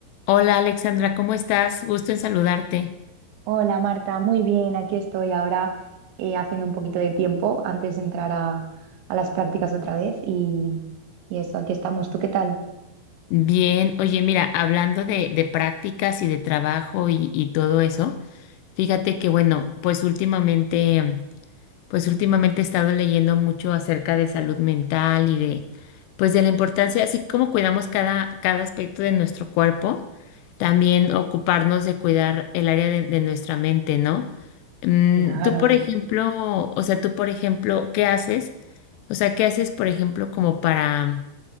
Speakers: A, on the left; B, on the right.
A: Hola Alexandra, ¿cómo estás? Gusto en saludarte.
B: Hola Marta, muy bien, aquí estoy ahora eh, haciendo un poquito de tiempo antes de entrar a, a las prácticas otra vez y, y eso, aquí estamos. ¿Tú qué tal?
A: Bien, oye, mira, hablando de, de prácticas y de trabajo y, y todo eso, fíjate que bueno, pues últimamente pues últimamente he estado leyendo mucho acerca de salud mental y de, pues de la importancia, así como cuidamos cada, cada aspecto de nuestro cuerpo, también ocuparnos de cuidar el área de, de nuestra mente, ¿no? Mm,
B: Claro.
A: tú, por ejemplo, o sea, tú, por ejemplo, ¿qué haces? O sea, ¿qué haces, por ejemplo, como para